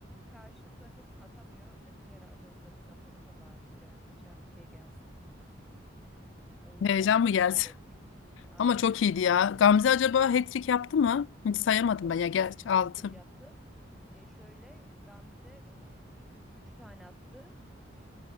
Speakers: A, in the centre; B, on the left (about 75°).
A: karşı takım atamıyor. Dedik herhalde onu da biz atalım da bari biraz maça şey gelsin. O yüzden
B: heyecan mı
A: müdahale
B: geldi? <laughs>
A: ettik. Aynen
B: Ama çok iyiydi
A: ya.
B: ya. Gamze acaba hat-trick yaptı mı? Hiç sayamadım
A: Tabii
B: ben ya gerçi
A: ki hat-trick
B: altı
A: yaptı. E şöyle Gamze e, 3 tane attı.